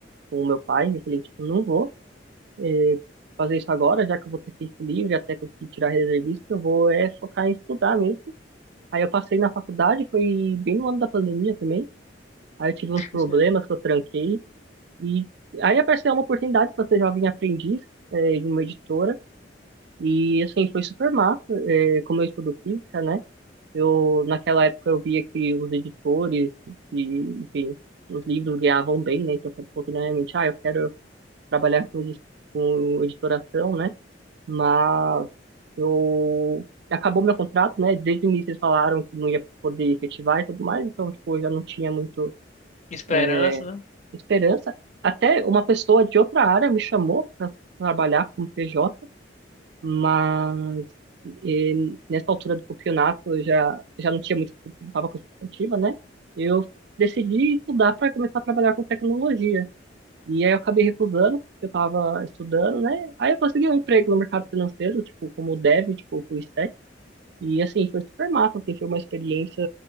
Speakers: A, on the right; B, on the left.
A: com o meu pai, eu falei, tipo, não vou eh, fazer isso agora, já que eu vou ter tempo livre, até conseguir tirar reservista, eu vou é focar em estudar mesmo. Aí eu passei na faculdade, foi bem no ano da pandemia também, aí eu tive uns
B: <laughs>
A: problemas que eu tranquei, e aí apareceu uma oportunidade para ser jovem aprendiz eh, em uma editora, e assim, foi super massa, eh, como eu estudo física, né? Eu, naquela época eu via que os editores, que, enfim, os livros ganhavam bem, né? Então eu falei, pô, que, né, ah, eu quero trabalhar com, edit- com editoração, né? Mas eu acabou meu contrato, né? Desde o início eles falaram que não ia poder efetivar e tudo mais, então tipo, eu já não tinha muito
B: Esperança,
A: é,
B: né?
A: esperança. Até uma pessoa de outra área me chamou para trabalhar como PJ, mas e nessa altura do campeonato eu já já não tinha muito, não estava com expectativa, né? Eu decidi estudar para começar a trabalhar com tecnologia. E aí eu acabei recusando, porque eu tava estudando, né? Aí eu consegui um emprego no mercado financeiro, tipo, como dev, tipo, full stack. E assim, foi super massa, assim, foi uma experiência